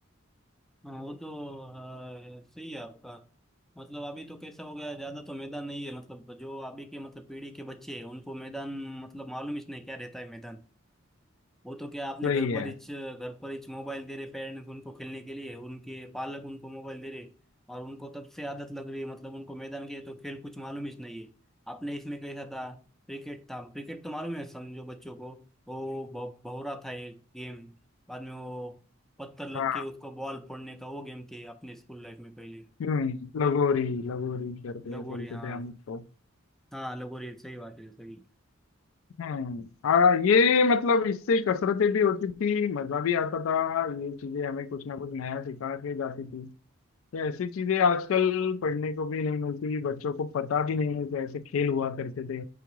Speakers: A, in the centre; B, on the left (about 70°).
A: हाँ वो तो अ, सही है आपका मतलब अभी तो कैसा हो गया ज्यादा तो मैदान नहीं है मतलब जो अभी के मतलब पीढ़ी के बच्चे हैं उनको मैदान मतलब मालूम ही नहीं क्या रहता है मैदान वो तो क्या आपने
B: वही
A: घर पर
B: है
A: हिच घर पर हिच मोबाइल दे रहे पेरेंट्स उनको खेलने के लिए उनके पालक उनको मोबाइल दे रहे और उनको तब से आदत लग रही है मतलब उनको मैदान के तो खेल कुछ मालूम ही नहीं है आपने इसमें कैसा था क्रिकेट था क्रिकेट तो मालूम है समझो बच्चों को वो भौ- भौरा था एक गेम बाद में वो पत्थर लग
B: हाँ
A: के उसको बॉल फोड़ने का वो गेम थे अपने स्कूल लाइफ में पहले
B: हम्म लगोरी लगोरी करते
A: लगोरी
B: हैं बोलते
A: हाँ
B: थे हम तो
A: हाँ लगोरी सही बात है सही
B: हम्म आ, ये मतलब इससे कसरतें भी होती थी मजा भी आता था ये चीजें हमें कुछ ना कुछ नया सिखा के जाती थी ये ऐसी चीजें आजकल पढ़ने को भी नहीं मिलती बच्चों को पता भी नहीं है कि ऐसे खेल हुआ करते थे